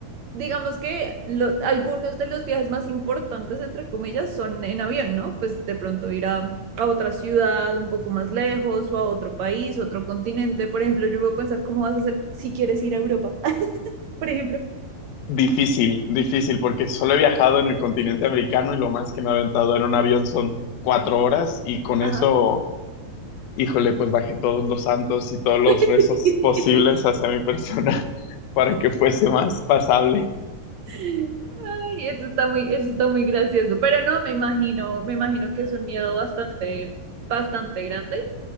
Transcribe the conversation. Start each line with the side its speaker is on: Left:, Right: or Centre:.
Right: digamos que lo- algunos de los viajes más importantes, entre comillas, son en avión, ¿no? Pues de pronto ir a, a otra ciudad un poco más lejos o a otro país, otro continente. Por ejemplo, yo puedo pensar cómo vas a hacer si quieres ir a Europa, <laughs> por ejemplo.
Left: Difícil, difícil, porque solo he viajado en el continente americano y lo más que me he aventado en un avión son cuatro horas y con eso,
Right: Ajá.
Left: híjole, pues bajé todos los santos y todos los
Right: <laughs>
Left: rezos posibles hacia mi persona. para que fuese más pasable.
Right: Ay, eso está muy, eso está muy gracioso. Pero no, me imagino, me imagino que es un miedo bastante, bastante grande.